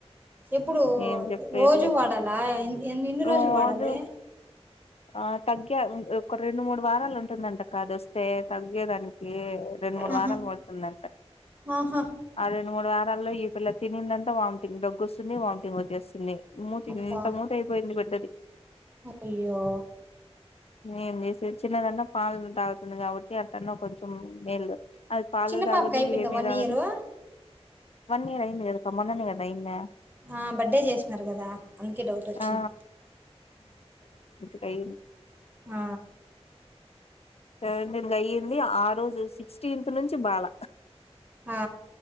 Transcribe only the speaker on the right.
ఎప్పుడు
రోజు వాడాలా ఇన్ని
రోజులు వాడాలి
ఆహా
ఆహా
అబ్బా
అయ్యో
చిన్న
పాపకి అయిపోయిందా
వన్
ఇయరు
ఆ బర్డే చేసినారు కదా అందుకే డౌట్ వచ్చింది
ఆ
ఆ